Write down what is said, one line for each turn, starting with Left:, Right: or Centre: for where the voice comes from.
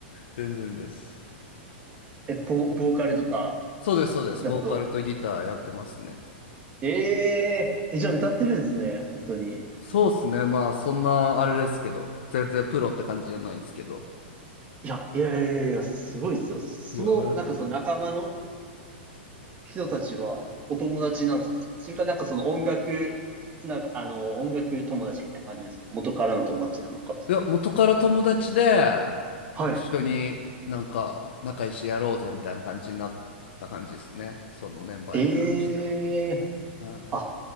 Left: 全然です。
Right: え、ボ、ボーカルとか
Left: そうです、そうです。
Right: だと。
Left: ボーカルとギターやってますね。
Right: えええ、じゃあ歌ってるんですね、本当に。
Left: そうですね。まあ、そんなあれですけど、全然プロって感じじゃないんですけど。
Right: いや、いやいやいや、すごいですよ。その、
Left: いや、ありがとうございます。
Right: なんかその仲間の、人たちはお友達なんですかそそれかなんかその音楽つなが、あの、音楽友達みたいな感じなんですか元からの友達なのかみたい
Left: いや、元から友達で、
Right: な。はい。
Left: 一緒になんか仲良しやろうぜみたいな感じになった感じですね。そのメンバーに関しては。
Right: ええ
Left: はい。
Right: あ、